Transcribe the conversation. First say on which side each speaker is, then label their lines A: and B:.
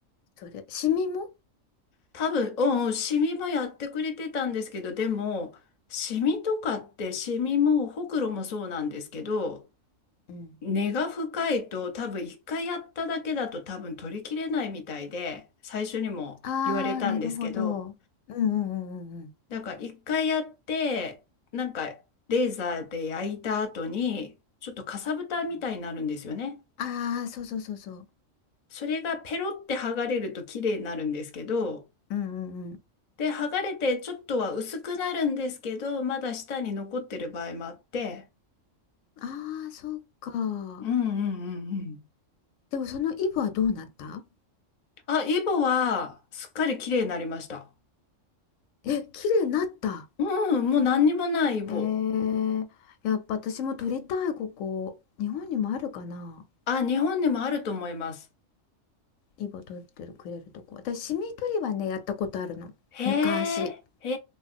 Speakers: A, on the left; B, on the left.
A: それ、シミも
B: 多分、うんうん、シミもやってくれてたんですけど、でも、シミとかって、シミもほくろもそうなんですけど、
A: うん。
B: 根が深いと多分一回やっただけだと多分取りきれないみたいで、最初にも言われたんですけど、
A: ああ、なるほど。うんうんうんうん
B: だから一回やって、なんかレーザーで焼いた後に、ちょっとかさぶたみたいになるんですよね。
A: うん。ああー、そうそうそうそう。
B: それがペロって剥がれると綺麗になるんですけど、
A: うんうんうん。
B: で、剥がれてちょっとは薄くなるんですけど、まだ下に残ってる場合もあって、
A: ああ、そうか。
B: うんうんうんうん。
A: でもそのイボはどうなった
B: あ、イボはすっかり綺麗になりました。
A: え、綺麗になった。
B: うん、もう何にもないイボ。
A: えー、やっぱ私も撮りたい、ここ。日本にもあるかな
B: あ、日本にもあると思います。
A: イボ取ってるくれるとこ私シミ取りはねやったことあるの昔
B: へえ、へ